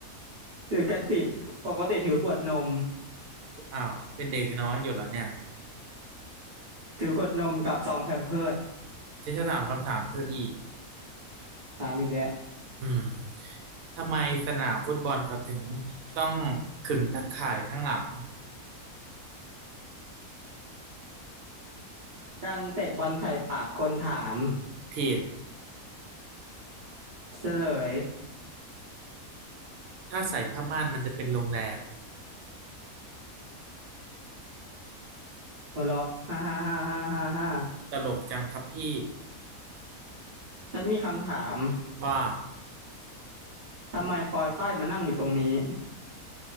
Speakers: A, on the right (about 45°); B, on the right (about 75°).
A: ถือกระติกปกติถือขวดนม
B: อ้าวเป็นเด็กน้อยอยู่แล้วเนี่ย
A: ถือขวดนมกับซองแพมเพิร์ส
B: ฉันจะถามคำถามเธออีก
A: ตามอีกแล้ว
B: อืมทำไมสนามฟุตบอลเขาถึงต้องขึงตะข่ายข้างหลัง
A: การเตะบอลใส่ปากคนถาม
B: ผิด
A: เฉลย
B: ถ้าใส่ผ้าม่านมันจะเป็นโรงแรม
A: หัวเราะฮ่าฮ่าฮ่าฮ่าฮ่าฮ่า
B: ตลกจังครับพี่
A: ฉันมีคำถาม
B: ว่า
A: ทำไมปอยฝ้ายมานั่งอยู่ตรงนี้